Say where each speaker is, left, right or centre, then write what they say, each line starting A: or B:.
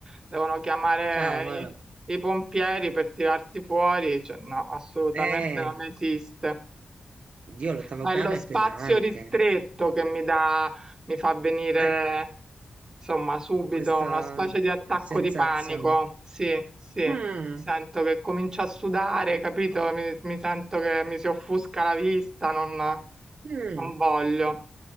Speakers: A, on the right; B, on the right.
A: devono chiamare
B: Cavolo,
A: i, i pompieri per tirarti fuori, cioè, no, assolutamente
B: eh,
A: non esiste.
B: Dio, l'ottavo
A: Ma
B: piano
A: è lo spazio
B: è pesante.
A: ristretto
B: eh.
A: che mi dà, mi fa venire,
B: Eh,
A: insomma, subito
B: questa
A: una specie di attacco
B: sensazione.
A: di panico. Sì, sì,
B: Mm,
A: sento che comincio a sudare, capito? Mi, mi sento che mi si offusca la vista, non, non
B: mm,
A: voglio.